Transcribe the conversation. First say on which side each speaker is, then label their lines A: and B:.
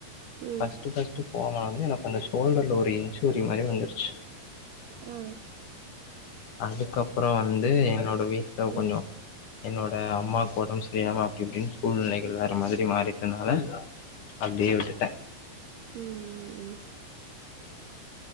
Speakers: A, on the right (about 75°); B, on the left (about 55°).
A: ம்
B: ஃபஸ்ட்டு ஃபஸ்ட்டு போன வந்து எனக்கு அந்த ஷோல்டர்ல ஒரு இன்சூரி மாரி வந்துருச்சு
A: ஆ
B: அதுக்கப்றோ வந்து என்னோட வீட்ல
A: ம்
B: கொஞ்சோ என்னோட அம்மாக்கு ஒடம்பு சரியாமா அப்டி இப்டினு சூழ்நிலைகள் வேற மாதிரி மாறிட்டனால அப்டியே விட்டுட்டே
A: உம் ம் ம்